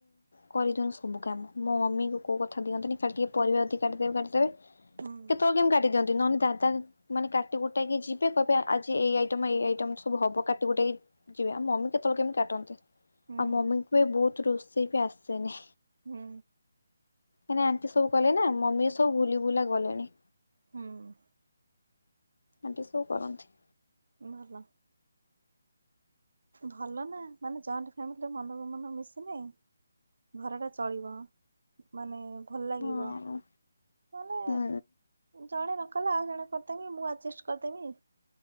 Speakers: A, on the left (about 80°); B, on the right (about 70°).
A: କରିଦିଅନ୍ତି ସବୁ କାମ ମୋ ମମି ଙ୍କୁ କୋଉ କଥା ଦିଅନ୍ତିନି ଖାଲି ଟିକେ ପରିବା ଯଦି କାଟିଦେବେ କାଟିଦେବେ।
B: ହୁଁ
A: କେତେବେଳେ କେମିତି କାଟିଦିଅନ୍ତି ନହେଲେ ଦାଦା ମାନେ କାଟିକୁଟାକି ଯିବେ କହିବେ ଆଜି ଏଇ ଆଇଟମ୍ ଏଇ ଆଇଟମ୍ ସବୁ ହବ କାଟିକୁଟାକି ଯିବେ ଆଉ ମମି କେତେବେଳେ କେମିତି କାଟନ୍ତି।
B: ହୁଁ
A: ଆଉ ମମି ଙ୍କୁ ବି ବହୁତ୍ ରୋଷେଇ ବି ଆସେନି।
B: ହୁଁ।
A: କାଇଁନା ଆଣ୍ଟି ସବୁ କଲେ ନା ମମି ସବୁ‌ ଭୁଲି ଭୁଲା ଗଲେଣି।
B: ହୁଁ
A: ଆଣ୍ଟି ସବୁ କରନ୍ତି।
B: ଭଲ। ଭଲ ନା ମାନେ ଜଏଣ୍ଟ ଫ୍ୟାମିଲିର ମନକୁ ମନ ମିଶିଲେ ଘରଟା ଚଳିବ ମାନେ ଭଲ ଲାଗିବ
A: ହଁ
B: ମାନେ
A: ହୁଁ
B: ଜଣେ ନ କଲେ ଆଉ ଜଣେ କରିଦେମି ମୁଁ ଆଜେଷ୍ଟ କରିଦେମି